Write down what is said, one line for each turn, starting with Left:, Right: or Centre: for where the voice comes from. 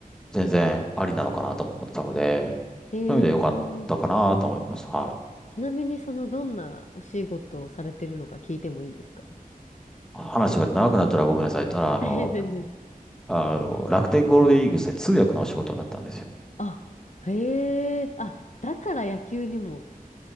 Centre: 全然ありなのかなと思ってたので、
Left: うんえー、
Centre: そういう意味では良かったかなと思います。はい。
Left: ちなみにそのどんなお仕事をされてるのか聞いてもいいですか
Centre: 話が長くなったらごめんなさい。ただ、
Left: <laughs>
Centre: あの、
Left: えー全然。
Centre: あの、楽天ゴールデンイーグルスで通訳のお仕事だったんですよ。
Left: あ、へえ、あ、だから野球にも